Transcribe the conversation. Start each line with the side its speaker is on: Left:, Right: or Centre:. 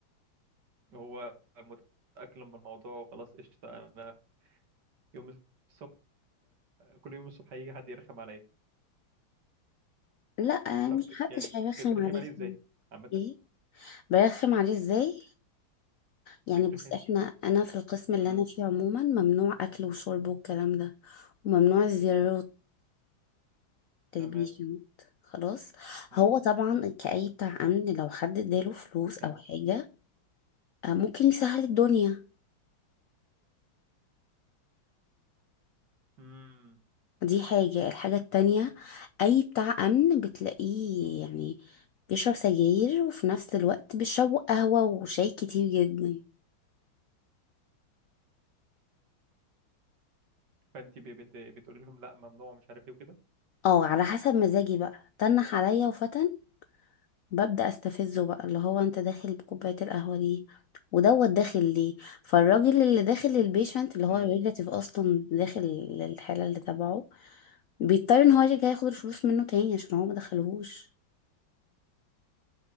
Right: هو متاقلم بالموضوع وخلاص قشطه انا يوم الصبح كل يوم الصبح هيجي حد يرخم عليا
Left: لا
Right: طب
Left: مش حدش
Right: يعني
Left: هيرخم
Right: ب- بترخم
Left: عليك
Right: عليه ازاي
Left: يعني.
Right: عامة
Left: ايه برخم عليه ازاي يعني
Right: بترخم
Left: بص احنا انا في القسم اللي
Right: امم
Left: انا فيه عموما ممنوع اكل وشرب والكلام ده وممنوع الزيارات
Right: تمام
Left: البيشنت خلاص
Right: امم
Left: هو طبعا كأي بتاع أمن لو حد اداله فلوس
Right: حلو
Left: أو حاجة آه، ممكن يسهل الدنيا
Right: امم
Left: دي حاجة الحاجة التانية أي بتاع أمن بتلاقيه يعني بيشرب سجاير وفي نفس الوقت بيشربوا قهوة وشاي كتير جدا
Right: فانت ب- بت... بتقولي لهم لا ممنوع مش عارف ايه وكده
Left: اه على حسب مزاجي بقى تنح عليا وفتن ببدأ استفزه بقى اللي هو انت داخل بكوباية القهوة ليه ودوت داخل ليه فالراجل اللي داخل البيشنت اللي هو
Right: امم
Left: الريلاتيف اصلا داخل الحالة اللي تبعه بيضطر ان هو يرجع ياخد الفلوس منه تاني عشان هو ما دخلهوش